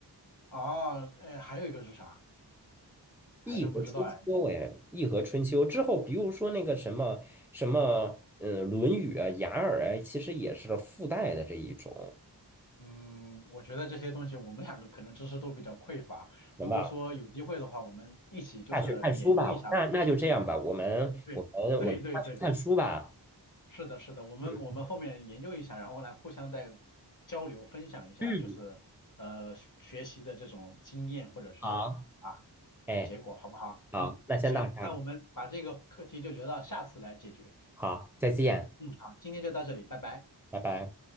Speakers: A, on the left; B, in the centre.
A: 啊，哎，还有一个是啥？
B: 易和春秋哎，
A: 还真不知道哎。
B: 易和春秋之后，比如说那个什么什么，嗯，《论语》啊，《雅尔》啊，其实也是附带的这一种，
A: 嗯，我觉得这些东西我们两个可能知识都比较匮乏。
B: 行吧？
A: 如果说有机会的话，我们一起就是研究一下吧。
B: 下去看书吧，那那就这样吧，我们我们我们下去看书吧。
A: 对，对对对。是的，是的，我们我们后面研究一下，
B: 嗯
A: 然后来互相再交流分享一下，
B: 嗯，
A: 就是呃学学习的这种经验或者是啊
B: 好，哎，
A: 呃结果，好不好？
B: 好，
A: 嗯，
B: 那先到这儿，
A: 行，那我们把这个课题就留到下次来解决。
B: 好，再见，
A: 嗯，好，今天就到这里，拜拜。
B: 拜拜。